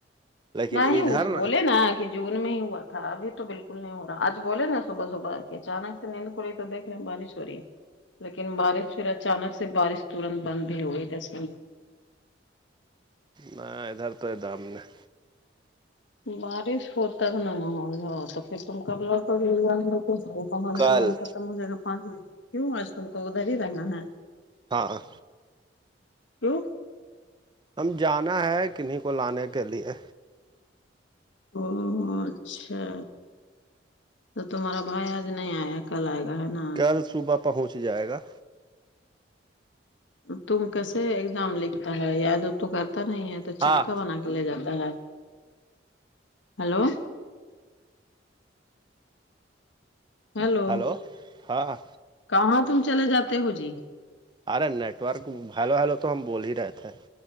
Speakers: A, on the right (about 25°); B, on the left (about 80°).
A: لیکن
B: نہ ہی
A: ادھر
B: اس بولے نا کہ جون میں ہی ہوا تھا ابھی تو بالکل نہیں ہو رہا آج بولے نا صبح صبح اچانک سے نیند کھلی تو دیکھ رہے ہیں بارش ی لیکن بارش پھر اچانک سے بارش ترنت بند بھی ہو گئی تسے
A: نہ ادھر تو یہ دام نہیں
B: بارش ہوتا ہے نا محول ہو تو پھر تم کا بک پ
A: کل
B: تمہارا ختم ہو جائے گا پانچ بج کیوں آج تم کو ادھر ہی رہنا ہے
A: ہاںاں
B: کیوں
A: ہم جانا ہے کنہیں کو لانے کے لیے
B: او اچھا تو تمہارا بھائی آج نہیں آیا کلائے گا ہے نا
A: کل صبح پہنچ جائے گا
B: تم کیسے ایگزام لکھتا ہے یاد تو کرتا نہیں ہے تو چٹکا
A: ہاں
B: بنا کے لے جاتا ہے ہلو <unintelligible> ہیلو
A: ہلو ہاں
B: کہاں تم چلے جاتے ہو جی
A: ارے نیٹ ورک ہیلو ہیلو تو ہم بول ہی رہے تھے